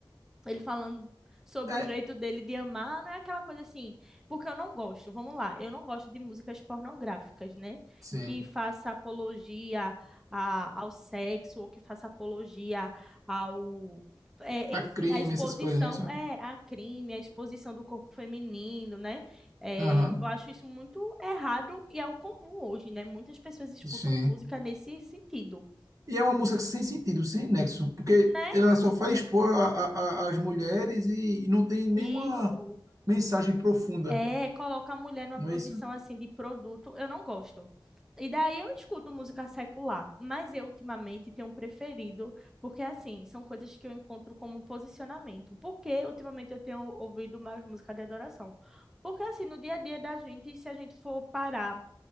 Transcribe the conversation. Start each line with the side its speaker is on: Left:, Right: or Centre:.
Centre: ele falando sobre
Right: É,
Centre: o jeito dele de amar, não é aquela coisa assim, porque eu não gosto, vamos lá, eu não gosto de músicas pornográficas, né?
Right: sim.
Centre: Que faça apologia a- ao sexo ou que faça apologia ao. é,
Right: A
Centre: enfim,
Right: crime,
Centre: a exposição
Right: essas coisas, né? isso?
Centre: é a crime, a exposição do corpo feminino, né? É,
Right: Aham,
Centre: eu acho isso muito errado e é o comum hoje, né? Muitas pessoas escutam
Right: sim.
Centre: música nesse sentido,
Right: E é uma música sem sentido, sem nexo, porque
Centre: né?
Right: ela só faz expor a- a- a- as mulheres e, e não tem nenhuma
Centre: Isso.
Right: mensagem profunda,
Centre: É, coloca a mulher numa
Right: não
Centre: posição
Right: é isso?
Centre: assim de produto, eu não gosto. E daí eu escuto música secular, mas eu ultimamente tenho preferido, porque assim, são coisas que eu encontro como posicionamento. Porque ultimamente eu tenho ouvido mais música de adoração. Porque assim, no dia a dia da gente, se a gente for parar,